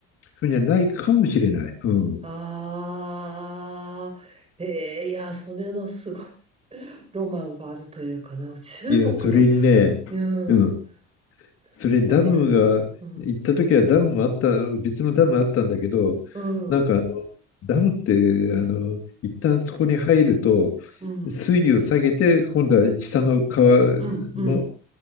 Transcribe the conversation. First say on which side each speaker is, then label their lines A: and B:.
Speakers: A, on the left; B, on the right.
A: 船はないかもしれない。うん。
B: あ、ああ、えー、いやー、それのすごい <laughs> ロマンがあるというかな。中国の、
A: いや、それにね、
B: うん。
A: うん、
B: <laughs>
A: それダムが、
B: 何ですかうん、
A: 行った時はダムもあった、別のダムあったんだけど、
B: うん、
A: なんかあのダムってあの一旦そこに入ると
B: うん、
A: 水位を下げて今度は下の川の
B: うん、うん、う